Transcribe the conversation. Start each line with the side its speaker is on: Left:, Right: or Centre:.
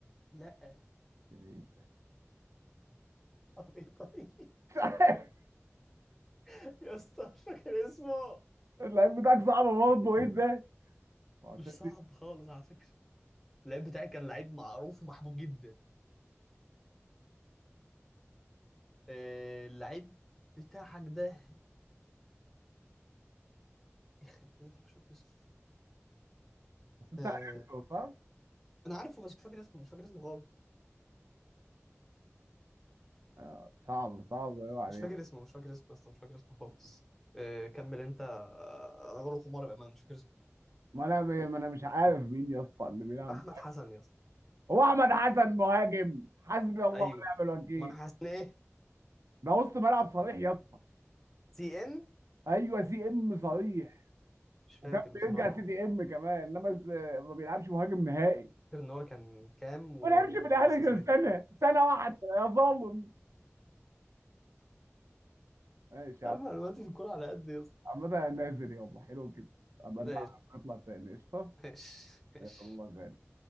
Centre: لا
Right: مش
Centre: <laughs> طب ايه طيب
Right: عارف.
Centre: <laughs> يا اسطى مش فاكر اسمه
Right: <laughs> اللعيب بتاعك صعب برضه ايه ده؟ <laughs> معتزل
Centre: مش صعب خالص على فكرة اللعيب بتاعي كان لعيب معروف ومحبوب جدا آه، اللعيب بتاعك ده يخرب بيتك مش فاكر اسمه
Right: بس انت
Centre: آه،
Right: عرفته صح؟
Centre: انا عارفه بس مش فاكر اسمه مش فاكر اسمه خالص
Right: آه، صعب صعب ايوه عليك
Centre: مش فاكر اسمه مش فاكر اسمه اصلا مش فاكر اسمه خالص آه، كمل انت آه، انا غلط حمار بامان مش فاكر اسمه
Right: ما انا ما انا مش عارف مين يا اسطى اللي بيلعب
Centre: احمد حسن يا اسطى
Right: هو احمد حسن مهاجم حسبي الله
Centre: ايوه
Right: ونعم الوكيل
Centre: ما حسن ايه
Right: ده وسط ملعب صريح يا اسطى
Centre: سي ام
Right: ايوه سي ام صريح
Centre: مش فاكر
Right: وكان بيرجع
Centre: بصراحه
Right: <laughs> سي دي ام كمان انما ز- ما بيلعبش مهاجم نهائي
Centre: فاكر ان هو كان كام و...
Right: وانا همشي في الاهلي
Centre: وسترايك
Right: غير سنه سنه واحده يا ظالم ماشي
Centre: طيب
Right: يا عم
Centre: معلوماتي في الكوره على قد يا اسطى
Right: عامة انا نازل يلا حلو كده ابقى نلعب
Centre: ماشي
Right: نطلع تاني قشطه
Centre: ماشي ماشي
Right: يلا غالي